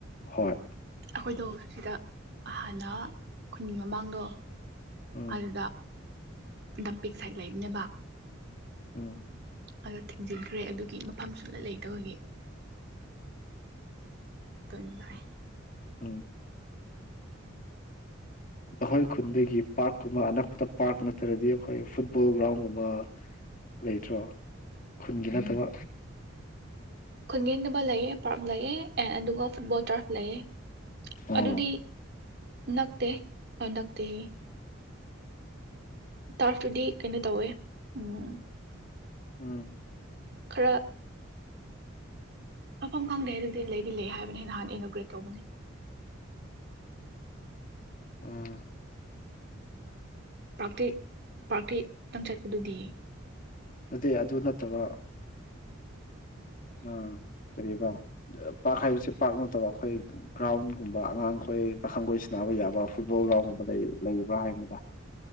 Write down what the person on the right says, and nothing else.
ꯑꯩꯈꯣꯏꯗꯣ ꯁꯤꯗ ꯍꯥꯟꯅ ꯈꯨꯟꯒꯤ ꯃꯃꯥꯡꯗꯣ
ꯑꯗꯨꯗ ꯗꯝꯄꯤꯛ ꯁꯥꯏꯠ ꯂꯩꯕꯅꯦꯕ
ꯑꯗꯣ ꯊꯤꯡꯖꯤꯟꯈ꯭ꯔꯦ ꯑꯗꯨꯒꯤ ꯃꯐꯝ ꯁꯨꯅ ꯂꯩꯇꯕꯒꯤ ꯇ ꯂ
ꯈꯨꯟ ꯌꯦꯅꯕ ꯂꯩꯑ ꯄꯥꯔꯛ ꯂꯩꯑꯦ ꯑꯦꯟ ꯑꯗꯨꯒ ꯐꯨꯠꯕꯣꯜ ꯇꯔꯐ ꯂꯩꯑꯦ
ꯑꯗꯨꯗꯤ ꯅꯛꯇ ꯅꯛꯇ ꯍ ꯇꯥꯔꯐꯇꯨꯗꯤ ꯀꯩꯅꯣ ꯇꯧꯋꯦ ꯎꯝ
ꯈꯔ ꯃꯐꯝ ꯈꯪꯗꯦ ꯑꯗꯨꯗꯤ ꯂꯩꯗꯤ ꯂꯩ ꯍꯥꯏꯕꯅꯦ ꯅꯍꯥꯟꯅ ꯏꯅꯣꯒ꯭ꯔꯦꯠ ꯇꯧꯕꯅꯤ
ꯄꯥꯥꯛꯔꯇꯦ ꯄꯥꯥꯛꯔꯇꯦꯛꯇꯪ ꯆꯠꯄꯗꯨꯗꯤ